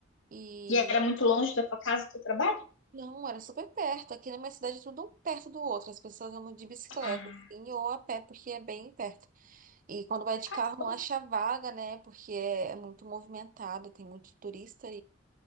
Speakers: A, on the right; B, on the left.
A: E
B: e era muito longe da tua casa, do teu trabalho?
A: não, era super perto. Aqui na minha cidade é tudo um perto do outro. As pessoas andam de bicicleta,
B: Ah,
A: assim, ou a pé, porque é bem perto. E quando vai de
B: tá,
A: carro não
B: tá bom.
A: acha vaga, né? Porque é é muito movimentado, tem muito turista